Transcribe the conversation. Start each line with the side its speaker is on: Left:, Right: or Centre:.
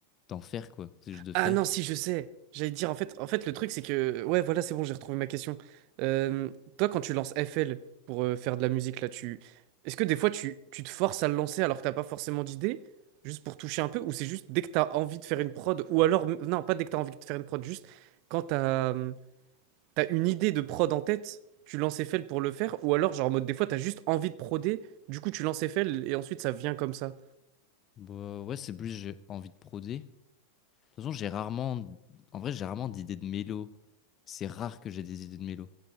Left: d'en faire quoi. C'est juste de
Right: Ah
Left: faire.
Right: non, si, je sais. J'allais dire, en fait, en fait, le truc, c'est que... Ouais, voilà, c'est bon, j'ai retrouvé ma question. Euh, toi, quand tu lances FL pour euh, faire de la musique, là, tu... Est-ce que des fois, tu, tu te forces à le lancer alors que t'as pas forcément d'idée, juste pour toucher un peu, ou c'est juste dès que t'as envie de faire une prod, ou alors... m- Non, pas dès que t'as envie de faire une prod, juste quand t'as hum, t'as une idée de prod en tête, tu lances FL pour le faire, ou alors, genre, en mode, des fois, t'as juste envie de proder, du coup, tu lances FL, et ensuite, ça vient comme ça.
Left: Bah, ouais, c'est plus j'ai envie de prodé. toute façon, j'ai rarement. En vrai, j'ai rarement d'idées de mélo. C'est rare que j'ai des idées de mélo.